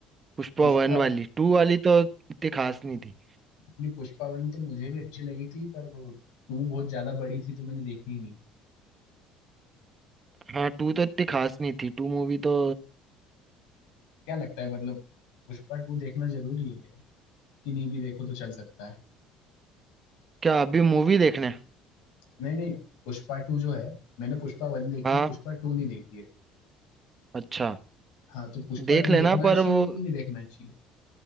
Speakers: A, on the right (about 25°); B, on the left (about 85°).
A: पुष्पा
B: पुष्पा
A: वन वाली टू वाली तो इतनी खास नहीं थी
B: अपनी पुष्पा वन तो मुझे भी अच्छी लगी थी पर वो टू बहुत ज्यादा बड़ी थी तो मैंने देखी ही नहीं
A: हाँ टू तो इतनी खास नहीं थी टू मूवी तो
B: क्या लगता है मतलब पुष्पा टू देखना जरूरी है क्या कि नहीं भी देखो तो चल सकता है
A: क्या अभी मूवी देखने
B: नहीं नहीं पुष्पा टू जो है मैंने पुष्पा वन देखी
A: हाँ
B: है पुष्पा टू नहीं देखी है
A: अच्छा
B: हाँ तो पुष्पा
A: देख
B: टू
A: लेना
B: देखना
A: पर
B: चाहिए
A: वो
B: कि नहीं देखना चाहिए